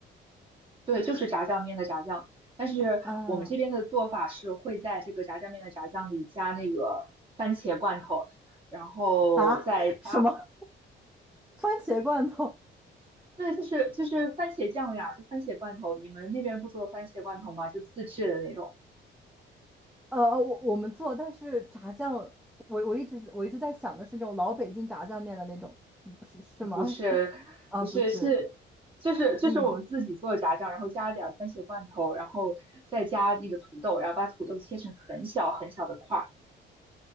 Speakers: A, on the right; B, in the centre.
A: 对，就是炸酱面的炸酱，但是我们这边的做法是会在这个炸酱面的炸酱里加那个番茄罐头，
B: 啊
A: 然后再加，
B: 啊 <laughs> 什么番茄罐头？
A: 对，就是就是番茄酱呀，就番茄罐头。你们那边不做番茄罐头吗？就自制的那种。
B: 呃，呃我我们做，但是炸酱，我我一直我一直在想的是那种老北京炸酱面的那种，是是吗？
A: 不是，
B: <laughs> 啊，
A: 不是，
B: 不是，
A: 是，就是就是我们自己做的炸酱，
B: 嗯。
A: 然后加了点儿番茄罐头，然后再加那个土豆，然后把土豆切成很小很小的块儿。